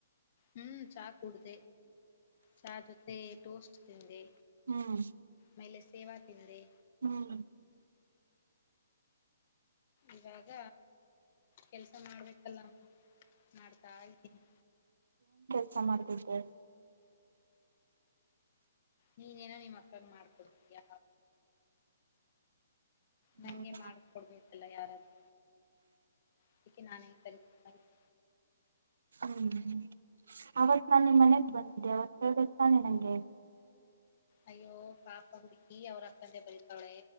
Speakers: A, on the left; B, on the right.
A: ಹ್ಮ್ ಚಹ ಕೂಡ್ದ ಚಹ ಜೊತೆ ಟೋಸ್ಟ್ ತಿಂದೆ
B: ಹ್ಮ್
A: ಮೇಲೆ ಸೇವಾ ತಿಂದೆ
B: ಹ್ಮ್
A: ಇವಾಗ ಕೆಲ್ಸ ಮಾಡ್ಬೇಕಲ್ಲ ಮಾಡ್ತಾ ಇದತೀನಿ
B: ಕೆಸ ಮಾಡ್ತಿದ್ದೆ
A: ನೀನ್ೇನೋ ನಿಮ್ಮ ಅಕ್ಕನ್ ಮಾಡ್ಕೊಡ್ ಯ
B: ಹ್ಮ್
A: ನಂಗೆ ಮಾಡಕೊಡ್ಬೇಕಲ್ಲ ಯಾರಾದೂ ಇದಕ್ಕೆೆ ನಾನೇ ಕರಿತ ಅರಿತ
B: ಹ್ಮ್ ಅವತ್ ನಾನ್ ನಿಮ್ಮ್ ಮನೆಗ್ ಬಂದಿದ್ದೆ ಅವತ್ತು ಹೇಬೇಕಕ್ಕೆ ತಾನೆ ನಂಗೆ
A: ಅಯ್ಯೋ ಪಾಪ ಹುಡುಕಿ ಅವ್ರ ಅಕ್ಕಂದೆ ಬರತವಳೆೆ